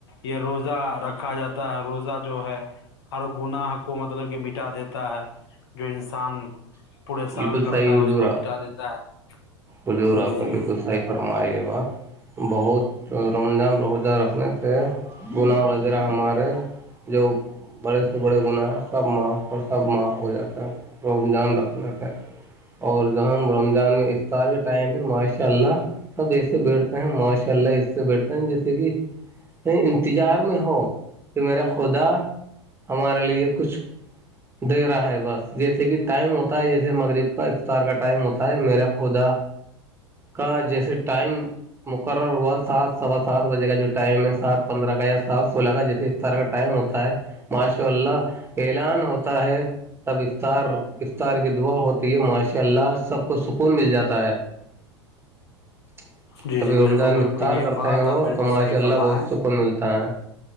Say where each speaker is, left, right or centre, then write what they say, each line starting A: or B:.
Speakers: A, on the left; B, on the right.
A: یہ روزہ رکھا جاتا ہے روزہ جو ہے ہر گناہ کو مطلب کہ مٹا دیتا ہے جو انسان پورے سال
B: بالکل
A: کرتا
B: صحیح
A: ہے
B: حجور
A: اس کو
B: آپ
A: مٹا دیتا ہے
B: حجور
A: جی
B: آپ نے بالکل صحیح فرمایا یہ بات بہت رمضان روزارکھنے سے گناہ وغیرہ ہمارے جو بڑے سے بڑے گناہ سب ماں اور خب معاف ہو جاتا ہے ر رکھنا اور جو ہم رمضان میں افطار کے ٹائم پہ ماشاء اللہ سب ایسے بیٹھتے ہیں ماشاء اللہ اس سے بیٹھتے ہیں جس دہ نہیں انتظار میں ہو یہ میرا خ خودا ہمارے لیے کچھ دے رہا ہے بس جیسے کہ ہوتا ہے جیسے مغرب کا افطار کا ٹائم ہوتا ہے میرے <unintelligible> خدا کا جیسے <unintelligible> ٹائم مقرر ہوا سات سوا سات بجے کا جو ٹائم ہے سات پندرہ کا یا سات <unintelligible> فا جیسے افطار کا ٹائم ہوتا ہے ماشاء اللہ اعلان ہوتا ہے تب افطار <unintelligible> افطار کی دعا ہوتی ہے ماشاء اللہ سب کو سکون مل جاتا ہے <unintelligible>
A: جی
B: ابھی
A: جی بالکل
B: رمضان
A: بالکل
B: مفطار
A: یہ
B: کرتے
A: بات
B: ہیں
A: آپ
B: وہ
A: بالکل
B: تو ماشاء
A: صحیح
B: اللہ
A: فرمائیں
B: بہت سکون ملتا ہے <unintelligible>